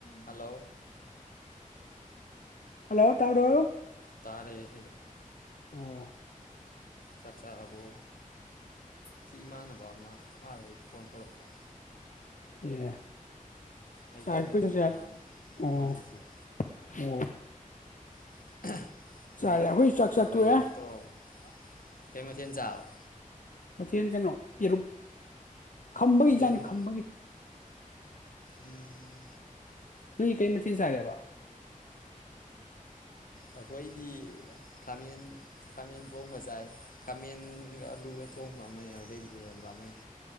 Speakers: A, on the left; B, on the left.
A: hello
B: hello ꯇꯥꯕ꯭ꯔꯣ
A: ꯇꯥꯔꯦ
B: ꯑ
A: ꯆꯥꯛ ꯆꯥꯔꯕꯣ ꯁꯤ ꯏꯃꯥꯟꯅꯕ ꯑꯃ ꯑꯥꯗꯩ ꯐꯣꯟ ꯇꯧꯔꯛꯄ
B: ꯑꯦ <unintelligible>
A: ꯑꯩ ꯇꯧꯒꯦ ꯇꯧꯕ ꯃꯥꯅ
B: ꯑꯣ
A: ꯐꯣꯟ ꯇꯧꯁꯤꯜꯂꯦ
B: ꯑꯣ
A: <unintelligible> ꯑꯗꯩ
B: ꯆꯥꯔꯦ ꯑꯩꯈꯣꯏ ꯆꯥꯛ ꯆꯥ
A: ꯋꯥꯔꯤ
B: ꯇꯣꯛꯑꯦ
A: ꯑꯗꯨꯝ ꯇꯧꯔꯛꯔꯕ ꯀꯩ ꯃꯊꯦꯜ ꯆꯥꯕꯦ
B: ꯃꯥꯊꯦꯜ ꯀꯩꯅꯣ ꯄꯦꯔꯨꯝ ꯈꯝꯕꯒꯤ ꯏꯟꯖꯥꯡꯅꯤ
A: ꯌꯦꯔꯨꯝ
B: ꯈꯝꯕꯒꯤ
A: ꯎꯝ
B: ꯅꯣꯏ ꯀꯩ ꯃꯥꯊꯤ ꯆꯔꯦꯕ
A: ꯑꯩꯈꯣꯏꯗꯤ ꯈꯥꯃꯦꯟ ꯈꯥꯃꯦꯟ ꯊꯣꯡꯕ ꯆꯥꯏ ꯈꯥꯃꯦꯟꯒ ꯑꯂꯨꯒ ꯊꯣꯡꯕ ꯑꯃꯅꯦ ꯑꯗꯨꯗꯩꯗꯤ ꯏꯔꯣꯟꯕ ꯑꯃꯅꯦ